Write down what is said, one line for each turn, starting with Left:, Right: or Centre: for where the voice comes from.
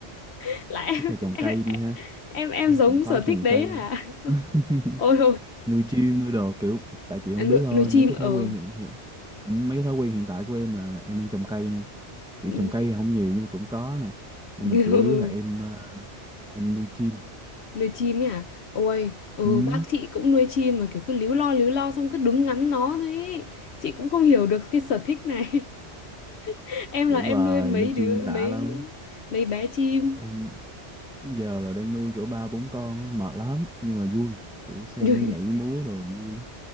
Left: <laughs> lại
Centre: chắc là trồng
Left: em
Centre: cây đi
Left: em
Centre: ha
Left: em, em
Centre: em
Left: giống
Centre: cũng khoái
Left: sở
Centre: trồng
Left: thích đấy
Centre: cây
Left: hả
Centre: <laughs>
Left: <laughs> ôi
Centre: nuôi chim nuôi đồ kiểu tại chị không
Left: À, nuôi,
Centre: biết thôi
Left: nuôi chim
Centre: mấy cái thói
Left: ở
Centre: quen hiện hiện ừ, mấy cái thói quen hiện tại của em là em đang trồng cây nè. kiểu
Left: ừ.
Centre: trồng cây thì không nhiều nhưng mà cũng có nè nhưng
Left: <laughs>
Centre: mà chủ yếu là em ờ, em nuôi chim
Left: nuôi chim ấy à ôi ừ,
Centre: ừ,
Left: bác chị cũng nuôi chim mà kiểu cứ líu lo líu lo xong cứ đứng ngắm nó thôi ấy. chị cũng không hiểu được cái sở thích này <laughs> em
Centre: vẫn
Left: là em
Centre: hoài
Left: nuôi mấy
Centre: nuôi
Left: đứa
Centre: chim đã
Left: mấy
Centre: lắm
Left: mấy bé chim
Centre: em giờ là đang nuôi cỡ ba bốn con á, mệt lắm nhưng mà vui kiểu xem
Left: <laughs> nhưng
Centre: nó nhảy múa đồ vui lắm.